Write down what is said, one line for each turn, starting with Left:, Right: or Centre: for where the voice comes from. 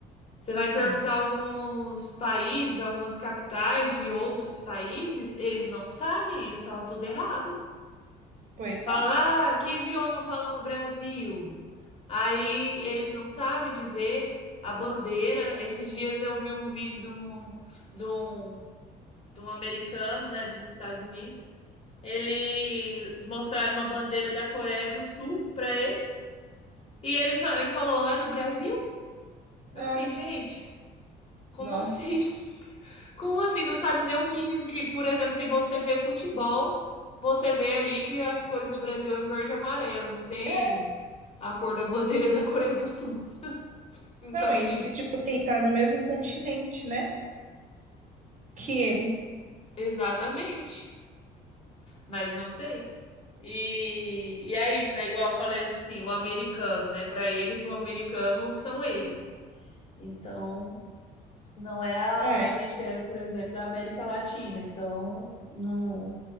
Left: Você vai
Right: Sim,
Left: perguntar alguns países, algumas capitais de outros países, eles não sabem, eles falam tudo errado.
Right: pois
Left: Falam,
Right: é.
Left: ah, que idioma fala no Brasil? Aí eles não sabem dizer a bandeira. Esses dias eu vi um vídeo de um, de um, de um americano, né, dos Estados Unidos. Eles mostraram uma bandeira da Coreia do Sul para ele. E ele só, ele falou, é do Brasil?
Right: É.
Left: Eu fiquei, gente, como
Right: Nossa.
Left: assim? <laughs> Como assim? Não sabe nem o mínimo que, por exemplo, se você vê futebol, você vê ali que as cores do Brasil é verde e amarelo, não tem
Right: É,
Left: a cor da bandeira <laughs> da Coreia do Sul. Então,
Right: não,
Left: assim,
Right: isso que, tipo assim, tá no mesmo continente, né? Que eles.
Left: exatamente. Mas não tem. E, e é isso, né? Igual eu falei assim, o americano, né? Para eles, o americano são eles. Então, não é a,
Right: É,
Left: a gente que é, por exemplo, da América Latina, então não,